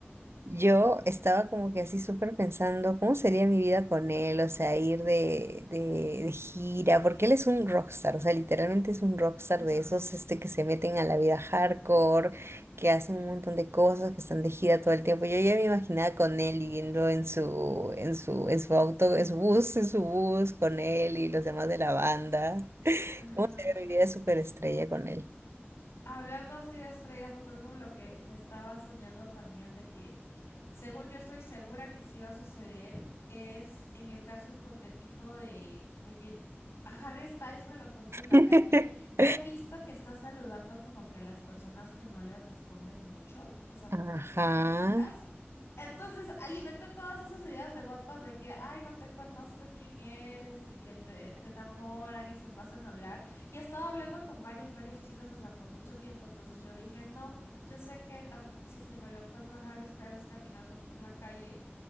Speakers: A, on the right (about 70°); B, on the left (about 85°).
A: Yo estaba como que así súper pensando, ¿cómo sería mi vida con él? O sea, ir de, de, de gira, porque él es un rockstar, o sea, literalmente es un rockstar
B: ajá.
A: de esos este, que se meten a la vida hardcore, que hacen un montón de cosas, que están de gira todo el tiempo. Yo ya me imaginaba con él viviendo en su, en su, en su auto, en su bus, en su bus, con él y los demás de la banda.
B: Ajá.
A: ¿Cómo sería mi vida de superestrella con él?
B: Hablando así de estrellas, otro como lo que me estaba soñando también de que, según yo estoy segura que sí va a suceder, es en el caso hipotético de, de que a Harry Styles me lo encuentro en la
A: <laughs>
B: calle. He visto que está saludando como que a las personas que no le responden mucho, o sea, como
A: Ajá.
B: que están tranquilas. Entonces alimenta todas esas ideas de WhatsApp de que, ay, no te conozco quién eres y que te, te enamoran y se pasan a hablar. Y estaba hablando con varias, varias chicas, o sea, por mucho tiempo. Entonces yo dije, no, yo sé que tam- si es que me lo encuentro a Harry Styles caminando por la calle,